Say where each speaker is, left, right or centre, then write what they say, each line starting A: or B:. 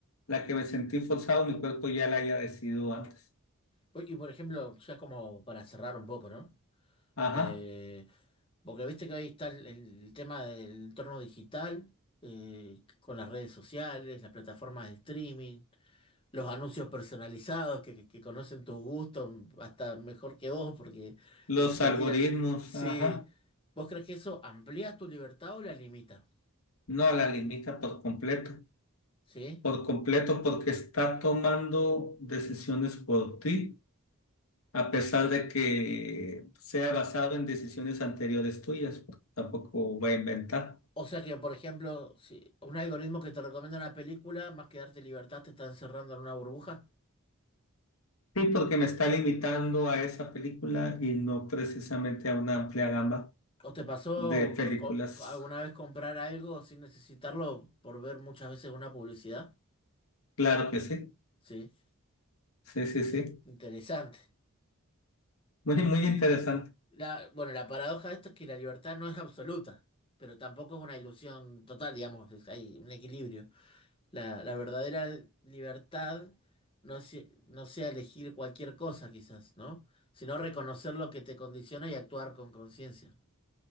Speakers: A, on the left; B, on the left.
A: la que me sentí forzado, mi cuerpo ya la haya decidido antes.
B: Por- Y por ejemplo, ya como para cerrar un poco, ¿no?
A: Ajá.
B: Eh, porque viste que ahí está el, el tema del entorno digital, eh, con las redes sociales, las plataformas de streaming. los anuncios personalizados que, que que conocen tus gustos hasta mejor que vos porque
A: Los
B: te
A: algoritmos,
B: tiran. Sí,
A: ajá.
B: ¿vos crees que eso amplía tu libertad o la limita?
A: No la limita por completo.
B: ¿Sí?
A: Por completo, porque está tomando decisiones por ti, a pesar de que sea basado en decisiones anteriores tuyas, porque tampoco va a inventar.
B: O sea que, por ejemplo, si un algoritmo que te recomienda una película, más que darte libertad, te está encerrando en una burbuja.
A: Sí, porque me está limitando a esa película y no precisamente a una amplia gama
B: ¿O te pasó
A: de películas.
B: eh, co- alguna vez comprar algo sin necesitarlo por ver muchas veces una publicidad?
A: Claro que sí,
B: Sí,
A: sí, sí,
B: in-
A: sí.
B: in- interesante.
A: Muy, muy interesante.
B: La, bueno, la paradoja de esto es que la libertad no es absoluta, pero tampoco es una ilusión total, digamos, es- hay un equilibrio. La, la verdadera libertad no es, no sea elegir cualquier cosa, quizás, ¿no? Sino reconocer lo que te condiciona y actuar con conciencia.